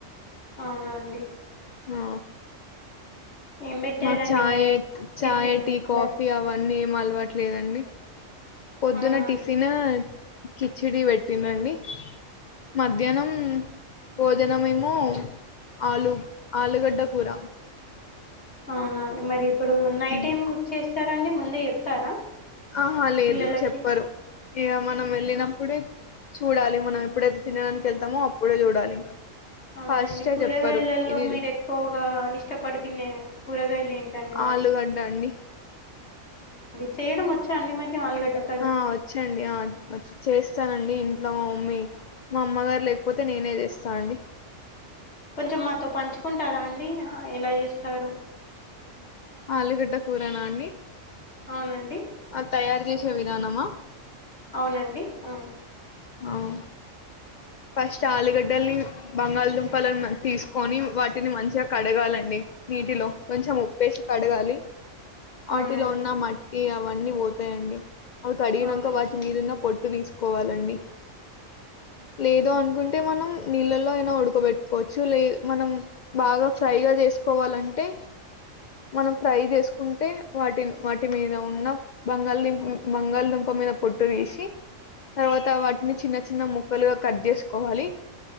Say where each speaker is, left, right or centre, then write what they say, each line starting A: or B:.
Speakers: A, on the left (about 55°); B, on the left (about 80°).
A: అవునా అండి
B: ఆ
A: ఏం పెట్టారండి
B: మాకు చాయ్
A: మరి
B: చాయ్
A: టిఫిన్
B: టీ కాఫీ
A: లంచ్
B: అవన్నీ ఏం అలవాట్లేదం అండి పొద్దున్న
A: అవునండి
B: టిఫిన్ కిచిడి పెట్టింరండి మధ్యాహ్నం
A: అవునండి
B: భోజనంమెమో ఆలు ఆలుగడ్డ కూర
A: అవునండి మరి ఇప్పుడు నైట్
B: ఉమ్,
A: ఎంచే చరండి ముందే చెప్తారా
B: ఆహా లేదు
A: పిల్లలకి
B: చెప్పరు ఇగ మనం వెళ్ళినప్పుడే చూడాలి మనం ఎప్పుడైతే తినడానికి వెళ్తామో అప్పుడే చూడాలి ఇంకా
A: అవునండి
B: ఫస్టే
A: కూరగాయలలో
B: చెప్పరు ఇది
A: మీరు ఎక్కువగ ఇష్టపడి తినే కూరగాయలు ఏంటండి మరి
B: ఆలుగడ్డ అండి
A: అవునండి చేయడం వచ్చా అండి మరి ఆలుగడ్డ కర్రీ
B: ఆ వచ్చండి ఆ వచ్ చేస్తానండి ఇన్ ట్లో మమ్మీ మా అమ్మ గారు లేకపోతే నేనే చేస్తా అండి
A: కొంచెం మాతో పంచుకుంటారా అండి ఎలా చేస్తారో
B: ఆలుగడ్డ కూరనా అండి
A: అవునండి
B: ఆ తయారి జేసే విధానమా
A: అవునండి అవును
B: అవు ఫస్ట్ ఆలుగడ్డల్ని బంగాళదుంపలను తీసుకొని వాటిని మంచిగ కడగాలండి నీటిలో కొంచెం ఉప్పేసి కడగాలి
A: అవునండి
B: ఆటిలో ఉన్న మట్టి అవన్నీ పోతాయండి అవి కడిగినంక
A: అవునండి
B: వాటి మీదున్న పొట్టు తీసుకోవాలండి ఏదో అనుకుంటే మనం నీళ్ళలో అయిన ఉడకబెట్టుకోవచ్చు లే మనం బాగా ఫ్రైగా ఎస్ పోవాలంటే మనం ఫ్రై చేసుకుంటే వాటిని వాటి మీద ఉన్న నో బంగాలీ <unintelligible> బంగళదుంప మీద పొట్టు తీసి తరువాత వాటిని చిన్న చిన్న ముక్ క్కలు కట్ చేసుకోవాలి.